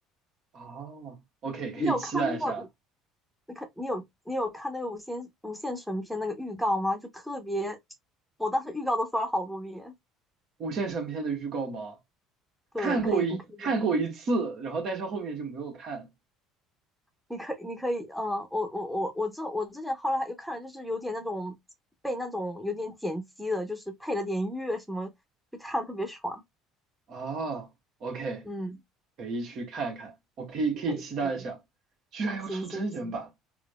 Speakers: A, on the right; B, in the centre.
A: 哦，OK，可以期待一下
B: 你有看那个无？你看你有你有看那个无限无限城篇那个预告吗？就特别，我当时预告都刷了好多遍。
A: 《无限神篇》的预告吗？
B: 对，
A: 看过一看过一次，
B: 可以，你可以。
A: 然后但是后面就没有看
B: 你可以，你可以，嗯，我我我我之我之前后来还又看了，就是有点那种被那种有点剪辑的，就是配了点乐什么，就看得特别爽。
A: 啊。OK，
B: 嗯，
A: 可以去看看，我可以可以期待一下，
B: 可以可以，
A: 居然要出真人版，
B: 行行行，